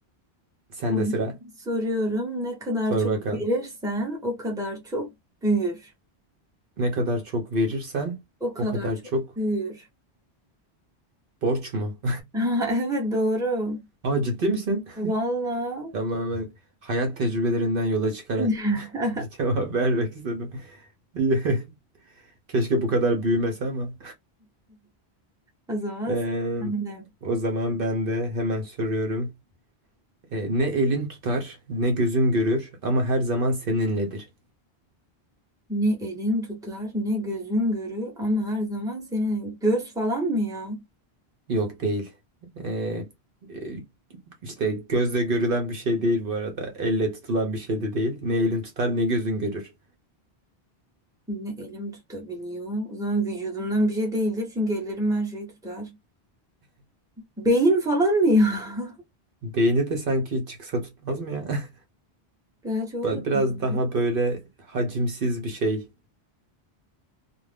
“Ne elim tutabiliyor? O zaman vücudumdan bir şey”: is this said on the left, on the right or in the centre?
Centre